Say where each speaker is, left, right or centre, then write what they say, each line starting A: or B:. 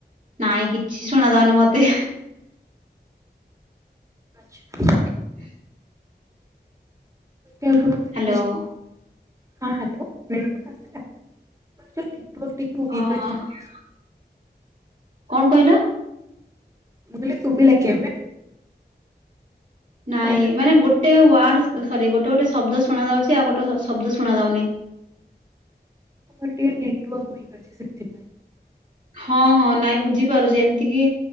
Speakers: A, on the right; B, on the right.
A: ନାଇଁ କିଛି ଶୁଣା ଯାଉନି ମତେ।
B: ଆଚ୍ଛା।
A: <inaudible>
B: ଦେଖିବାକୁ ମୁଁ ଦେଖୁଛି
A: ହାଲୋ।
B: ହଁ ହ୍ୟାଲୋ <inaudible>
A: ଓଃ।
B: ୱିକ୍ ଅଛି ତ
A: କଣ କହିଲ?
B: ମୁ କହିଲି ଶୁଭିଲା କି ଏବେ?
A: ନାଇଁ
B: ନା ଏବେ ବି
A: ମାନେ
B: କଟୁଛି
A: ଗୋଟେ ୱାର୍ଡ ସରି ଗୋଟ ଗୋଟେ ଗୋଟେ ଶବ୍ଦ ଶୁଣା ଯାଉଚି, ଆଉ ଗୋଟେ ଶବ୍ଦ ଶୁଣା ଯାଉନି।
B: ମୋର ଟିକେ ନେଟୱାର୍କ ଉଇକ ଅଛି ସେଥିପାଇଁ।
A: ହଁ ହଁ ନାଇଁ ବୁଝିପାରୁଚି ଏମିତି କି।